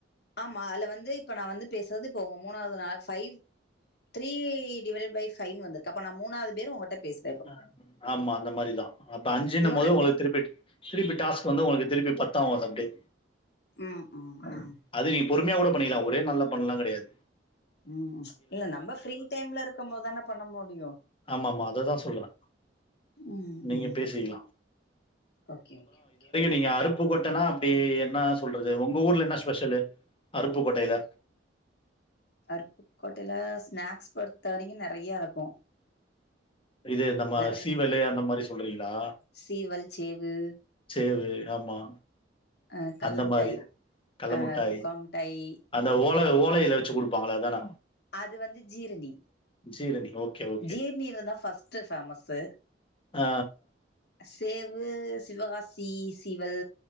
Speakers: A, on the left; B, on the left.
A: ஆமா அதுல வந்து இப்ப நா வந்து பேசறது இப்போ உங்க மூணாவது நாள் ஃபைவ் த்ரீ டிவைடைட் பை ஃபைவ்ன்னு வந்துருக்கு அப்ப நா மூணாவது பேர் உங்கிட்ட பேஸ்
B: அ ஆமா அந்த மாரிதா அப்ப அஞ்சுனு
A: இன்னு
B: போது
A: ரெண்டு
B: உங்கள திருப்பிட்டு திருப்பி டாஸ்க் வந்து உங்களுக்கு திருப்பி பத்தாகு அப்டே
A: ம் ம் ம்
B: அது நீ பொறுமையா கூட பண்ணிக்கலா ஒரே நாள்ல பண்ணலா கெடையாது
A: ம் இல்ல நம்ம ஃப்ரீ டைம்ல இருக்கு போதுதான பண்ண முடியு
B: ஆமா ஆமா அததா சொல்றே
A: ம்
B: நீங்க
A: ம்
B: பேசிக்கலா
A: ஓகே ஓகே ஓகே
B: நீங்க அருப்புக்கோட்டனா அப்டி என்ன சொல்றது உங்க ஊர்ல என்ன ஸ்பெஷல்லு அருப்புக்கோட்டையில
A: அருப்புக்கோட்டையில ஸ்நாக்ஸ் பொறுத்த வரைக்கு நெறைய இருக்கு
B: இது நம்ம
A: நெறை
B: சீவலு அந்த மாரி சொல்றீங்களா
A: சீவல் சேவு
B: சேவு ஆமா
A: ஆ கல்லமிட்டாய்
B: அந்த மாரி கல்ல
A: ஆ
B: முட்டாய்.
A: குக்காம்மிட்டாய்
B: அந்த ஓல ஓலையில வெச்சு குடுப்பாங்கள அத தான
A: அது வந்து ஜீர்ணி
B: ஜீரணி ஓகே, ஓகே.
A: ஜீர்ணீ இதுதா ஃபஸ்ட்ட ஃபேமஸு
B: ஆ
A: சேவு சிவகாசி சிவல்